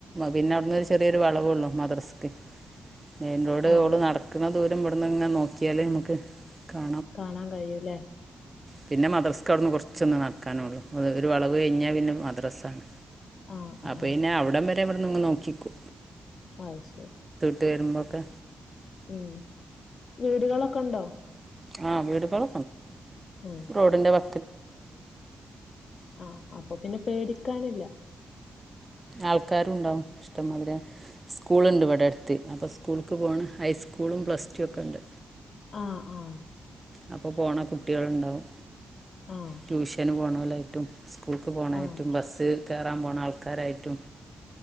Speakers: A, on the right; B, on the left.
A: പിന്നെഅങ്ങ് റിയൊരു വളവുള്ളൂ മദ്രസത്തിന് മെയിൻറോഡ്
B: ആഹ്
A: ഓള് നടക്കുന്ന ദൂരം ഇവിടുന്നിങ്ങനെ നോക്കിയാലേ നമുക്ക് കാ
B: കാണാൻ കഴിയൂല്ല
A: പിന്നെ മദ്രസ് ക അവിന്ന് കുറച്ചൊന്ന് നടക്കാനെള്ളു ഒരു വളവ് കഴിഞ്ഞാൽ പിന്നെ മദ്രസ ആണ്
B: ആഹ് ആഹ്
A: അപ്പൊയിന്നെ അവിടെ ഇവിടെ നിന്നങ്ങ് നോക്കിക്കോ
B: ആ ശരി
A: വെരുമ്പൊഴ്ക്ക്
B: മ് വീടുകളൊക്കെ ഉണ്ടോ?
A: ആ വീട് കൊള
B: ഉം
A: റോഡിന്റെ വ
B: ആ അപ്പൊ പിന്നെ പേടിക്കാനില്ല
A: ആൾക്കാരുണ്ടാവും ഇഷ്ടംപോലെ സ്കൂളുണ്ട് ഇവിടെ അടുത്ത് അപ്പോ സ്കൂൾക്ക് പോണ് ഹൈസ്കൂളും പ്ലസ് ടു ഒക്കെ ഉണ്ട്
B: ആ ആ
A: അപ്പോ പോണ കുട്ടികളുണ്ടാവും
B: ആഹ്
A: ട്യൂഷന് പോണ വീട്ടും സ്കൂൾക്ക് പോകണായിട്ട്
B: ആഹ്
A: ബസ്സ് കയറാൻ പോണ ആൾക്കാരായിട്ടും